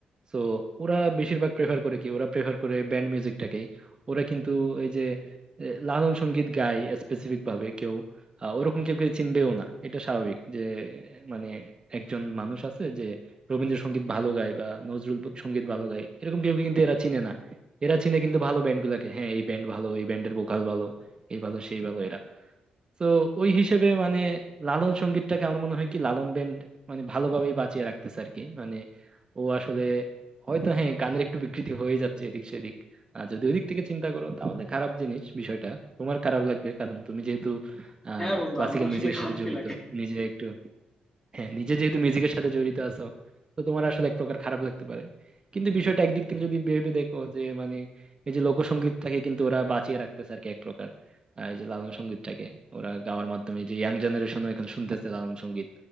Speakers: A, on the right (about 30°); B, on the left (about 20°).
A: তো ওরা বেশিরভাগ প্রেফার করে কি ওরা প্রেফার করে ব্যান্ড মিউজিকটাকেই ওরা কিন্তু এই যে এ, লালন সঙ্গীত গায় স্পেসিফিক ভাবে কেউ আহ, ওরকম কেউ কেউ চিনবেও না এটা স্বাভাবিক যে মানে একজন মানুষ আছে যে রবীন্দ্রসঙ্গীত ভালো গায় বা নজরুল ব- সঙ্গীত ভালো গায় এরকম কেউ কিন্তু এরা চিনে না এরা চিনে কিন্তু ভালো ব্যান্ড গুলাকে হ্যাঁ এই ব্যান্ড ভালো এই ব্যান্ডের ভোকাল ভালো এই ভালো সেই ভালো এরা তো ওই হিসেবে মানে লালন সঙ্গীতটাকে আমার মনে হয় কি লালন ব্যান্ড মানে ভালোভাবেই বাঁচিয়ে রাখতেছে আর কি মানে ও আসলে হয়তো হ্যাঁ গানের একটু বিকৃতি হয়ে যাচ্ছে এদিক সেদিক আর যদি ওই দিক থেকে চিন্তা করো তাহলে খারাপ জিনিস বিষয়টা তোমার খারাপ লাগবে কারণ তুমি যেহেতু আহ
B: হ্যাঁ বন্ধু
A: ক্লাসিক্যাল
B: আমার আসলে
A: মিউজিকের
B: খারাপই
A: সাথে জড়িত
B: লাগে
A: নিজে একটু হ্যাঁ নিজে যেহেতু মিউজিকের সাথে জড়িত আছো তো তোমার আসলে এক প্রকার খারাপ লাগতে পারে কিন্তু বিষয়টা একদিক থেকে যদি ভেবে দেখো যে মানে এই যে লোকসঙ্গীতটাকে কিন্তু ওরা বাঁচিয়ে রাখতেছে আর কি এক প্রকার আহ, এই যে লালন সঙ্গীতটাকে ওরা গাওয়ার মাধ্যমে এই যে ইয়াং জেনারেশনও এখন শুনতেছে লালন সঙ্গীত